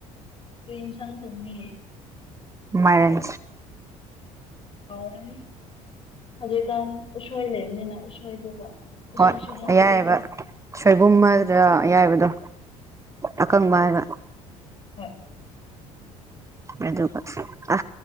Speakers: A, on the left (about 30°); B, on the right (about 15°).
A: ꯇ꯭ꯔꯦꯟꯦꯟ ꯁꯥꯡ ꯊꯧꯅꯤꯌꯦ
B: ꯃꯔꯔꯟ
A: ꯍꯥꯎꯔꯅꯤ ꯍꯧꯖꯤꯛꯀꯥꯟ ꯎꯁꯣꯏ ꯂꯩꯕꯅꯤꯅ ꯎꯁꯣꯏꯗꯨꯒ ꯎꯁꯣꯏꯁꯨ
B: ꯍꯣꯏ
A: ꯍꯥꯞꯂꯗꯤꯀꯣ
B: ꯑꯌꯥꯏꯕ ꯁꯣꯏꯕꯨꯝ ꯑꯃꯗ
A: ꯎꯝ
B: ꯑꯌꯥꯏꯕꯗꯣ ꯑꯀꯪꯕꯥꯕ
A: ꯍ
B: ꯑꯗꯨꯒ ꯑ